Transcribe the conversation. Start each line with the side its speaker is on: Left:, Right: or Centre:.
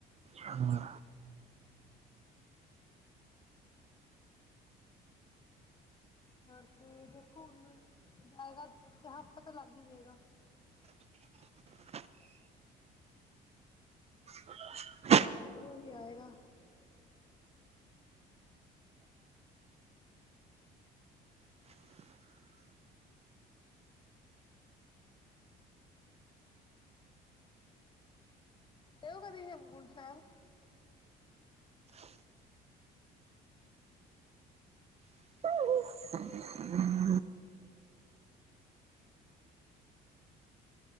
Right: ਹਮ।
Left: ਐ ਤੇ ਦੇਖੋ ਹੁਣ ਜਾਏਗਾ ਹਫ਼ਤਾ ਤਾਂ ਲੱਗ ਹੀ ਜਾਏਗਾ।
Right: ਹ <inaudible>
Left: ਫਿਰ ਮਗਰੋਂ ਉਹੀ ਆਏਗਾ। ਗਏ ਓ ਕਦੀ ਹੇਮਕੁੰਟ ਸਾਹਿਬ।
Right: <inaudible>